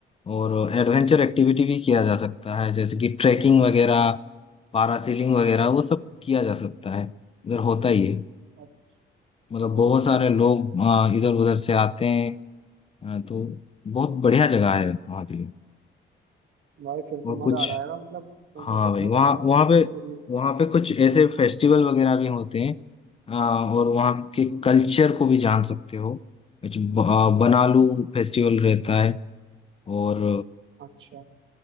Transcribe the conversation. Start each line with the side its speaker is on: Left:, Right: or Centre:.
Left: और एडवेंचर एक्टिविटी भी किया जा सकता है जैसे कि ट्रैकिंग वगैरह पारासीलिंग वगैरह वो सब किया जा सकता है इधर होता ही है
Right: अ-
Left: मतलब बहुत
Right: अच्छा
Left: सारे लोग आ, इधर उधर से आते हैं अ, तो बहुत बढ़िया जगह है वहाँ के लिए
Right: भाई फिर
Left: और
Right: तो
Left: कुछ
Right: मजा आ जाएगा मतलब उधर
Left: हाँ
Right: जब
Left: भाई
Right: मैं
Left: वहाँ
Right: जाऊंगा
Left: वहाँ
Right: तो घूमने
Left: पे
Right: के लिए
Left: वहाँ पे कुछ ऐसे फेस्टिवल वगैरह भी होते हैं अ, और वहाँ के कल्चर को भी जान सकते हो कुछ ब- अ, बनालू फेस्टिवल रहता है और
Right: अच्छा